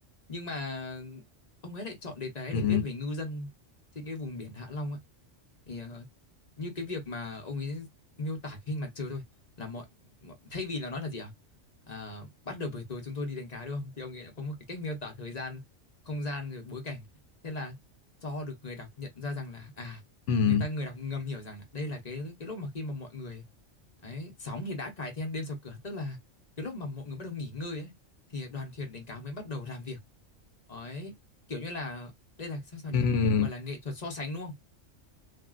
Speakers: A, on the left (about 35°); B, on the left (about 70°).
A: Nhưng mà ông ấy lại chọn đề tài để
B: ừ
A: viết về ngư dân trên cái vùng biển Hạ Long á. Thì ờ, như cái việc mà ông ấy miêu tả cái hình mặt trời thôi là mọi, mọi thay vì là nói là gì ạ? À, bắt đầu buổi tối chúng tôi đi đánh cá đúng không? Thì ông ấy đã có một cái cách miêu tả thời gian, không gian rồi bối cảnh. Thế là cho được người đọc nhận ra rằng là à
B: ừ
A: người ta người đọc ngầm hiểu rằng là đây là cái cái lúc mà khi mà mọi người ấy sóng thì đã cài then đêm sập cửa tức là cái lúc mà mọi người bắt đầu nghỉ ngơi ấy thì đoàn thuyền đánh cá mới bắt đầu làm việc ấy kiểu như là đây là sao sao nhỉ
B: ừ
A: gọi là nghệ thuật so sánh đúng không